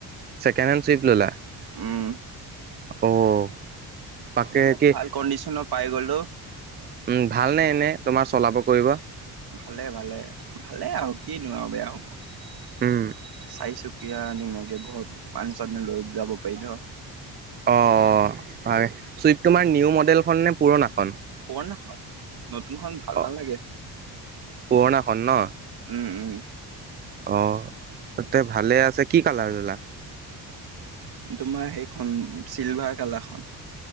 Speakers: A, on the right (about 25°); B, on the right (about 55°).
A: ছেকেণ্ড হেণ্ড ছুইফট ল'লা?
B: উম।
A: অ'। তাকে
B: মানে
A: কি,
B: ভাল কণ্ডিচনৰ পাই গ'লো
A: উম ভাল নে এনে তোমাৰ চলাব? কৰিব
B: ভালে, ভালে, ভালে আৰু কিনো আৰু বেয়া হব।
A: উম
B: চাইচুকীয়া ধুনীয়াকে ঘৰত মানুহ চানুহ লৈ যাব পাৰি ন।
A: অ', হয় চুইপ তোমাৰ নিউ মডেলখন নে পুৰণাখন?
B: পুৰণাখন নতুনখন ভাল
A: অ
B: নালাগে।
A: পুৰণাখন ন?
B: উম, উম।
A: অ', তে ভালে আছে কি কালাৰ ল'লা?
B: তোমাৰ সেইখন চিলভাৰ কালাৰখন